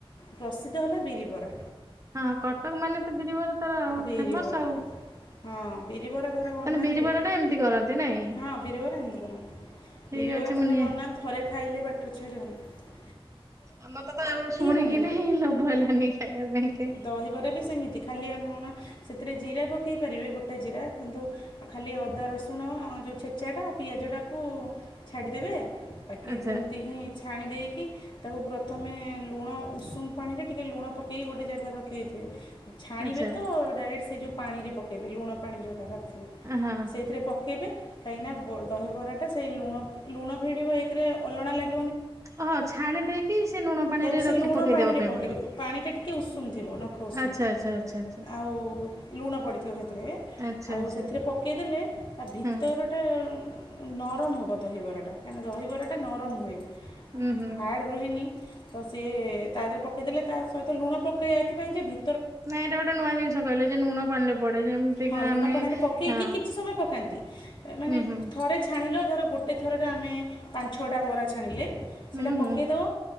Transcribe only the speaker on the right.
ହଁ କଟକ ମାନେ ତ ବିରିବରା ତାର
ଫେମସ ଆଉ।
ତାହେଲେ ବିରିବରା ଟା ଏମିତି କରନ୍ତି ନାଇଁ
ଠିକ
ଅଛି
ମୁଁ ନିହା
ଆମ ତ ତ ଶୁଣିକି
ନାହିଁ ଲୋଭ ହେଲାନି ଖାଇବା ପାଇଁ। କେ
ଆଚ୍ଛା
ଆଚ୍ଛା
ହଁ
ଓହ ଛାଣି ଦେଇକି ସେ ଲୁଣ ପାଣିରେ
ରଖି
ପକେଇ
ଦେବା ପାଇଁ
ପଡିବ।
ଆଚ୍ଛା ଆଚ୍ଛା ଆଚ୍ଛା ଆଚ୍ଛା
ଆଚ୍ଛା
ଆଚ୍ଛା
ହୁଁ
ଉଁ ହୁଁ
ନାଇଁ ଏଇଟା ଗୋଟେ ନୂଆ ଜିନିଷ କହିଲେ ଯେ ଲୁଣ ପାଣିରେ ପଡେ
ଆମେ
ହଁ
ହୁଁ ହୁଁ
ହୁଁ
ହୁଁ